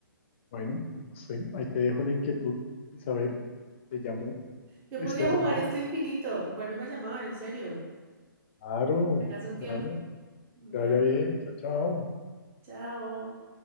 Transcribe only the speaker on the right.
Yo
podría jugar
esto infinito, vuélveme a llamar, en serio,
tengas un
tiempo. Vale,
chao.